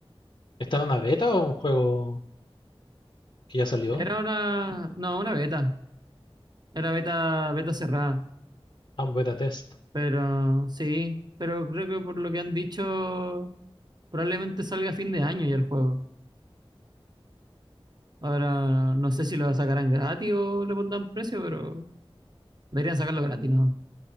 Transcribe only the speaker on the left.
¿Está en una beta o un juego que ya salió?
Ah, un beta test.